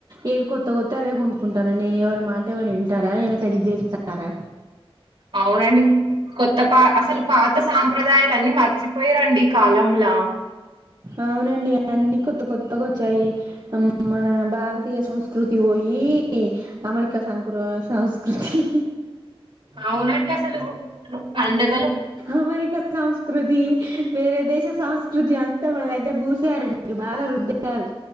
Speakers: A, on the right; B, on the right.
A: ఏది కొత్త కొత్త అదే కొనుక్కుంటారాండి ఎవరి మాట ఎవరు వింటారా వెనకటి దేకుతారా
B: అవునండి కొత్త పా అసలు పాత సాంప్రదాయం దాయలన్ని మర్చిపోయారండి ఈ కాలంలా
A: అవునండి అన్నిీ కొత్త కొత్తగా వచ్చాయి మన భారతీయ సంస్కృతి పోయి అమెరికా సంకృ సంస్కృతి
B: అవునండి అసలు పండ గ్
A: అమెరికా సంస్కృతి వేరే దేశ సంస్కృతి అంత మన దగ్గర పూసారండి బాగా రుద్దారు